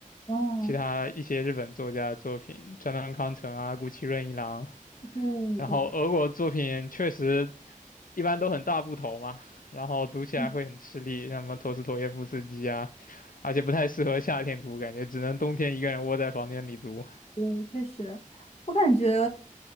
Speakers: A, on the left; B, on the left.
A: 啊，
B: 其他一些日本作家的作品，川端康成啊、谷崎润一郎，
A: 对对。
B: 然后俄国作品确实一般都很大部头嘛，然后读起来会很吃力，
A: 嗯
B: 像什么陀思妥耶夫斯基啊，而且不太适合夏天读，感觉只能冬天一个人窝在房间里读，
A: 对，确实，我感觉，